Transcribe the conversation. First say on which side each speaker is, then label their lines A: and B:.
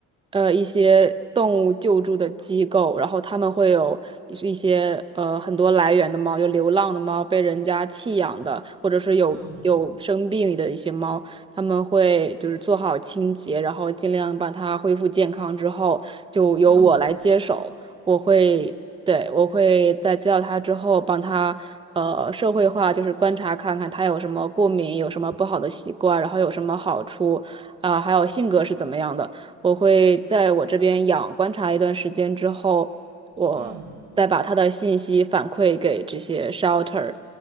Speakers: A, on the right (about 20°); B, on the right (about 70°).
A: 呃，一些动物救助的机构，然后他们会有一些呃很多来源的猫，有流浪的猫，被人家弃养的，或者是有有生病的一些猫，
B: 嗯
A: 他们会就是做好清洁，然后尽量把它恢复健康之后，就由我来接手，
B: 嗯
A: 我会对，我会在接到他之后，帮他呃社会化，就是观察看看他有什么过敏，有什么不好的习惯，然后有什么好处，啊、还有性格是怎么样的。我会在我这边养观察一段时间之后，我再把他的信息反馈给这些
B: 嗯，
A: shelter，